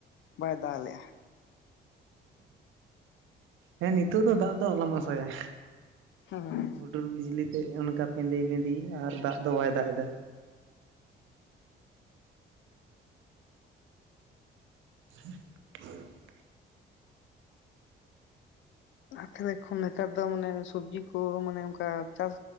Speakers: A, on the left; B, on the right.
A: ᱵᱟᱭ ᱫᱟᱞ ᱞᱮᱫᱼᱟ᱾
B: ᱦᱮᱸ ᱱᱤᱛᱚᱜ ᱫᱚ ᱫᱟᱜ ᱫᱚ ᱟᱞᱚᱢ ᱟᱥᱟᱭᱟ᱾
A: ᱦᱮᱸ
B: ᱦᱩᱴᱩᱨ ᱵᱤᱡᱞᱤᱛᱮ ᱚᱱᱠᱟ ᱯᱮᱸᱫᱮ ᱵᱷᱮᱸᱫᱮ ᱟᱨ ᱫᱟᱜ ᱫᱚ ᱵᱟᱭ ᱫᱟᱜ ᱮᱫᱟ᱾ ᱦ <unintelligible>
A: ᱛᱟᱦᱚᱞᱮ ᱠᱷᱚᱱ ᱱᱮᱛᱟᱨ ᱫᱚ ᱢᱟᱱᱮ ᱥᱚᱵᱽᱡᱤ ᱠᱚ ᱢᱟᱱᱮ ᱚᱱᱠᱟ ᱪᱟᱥ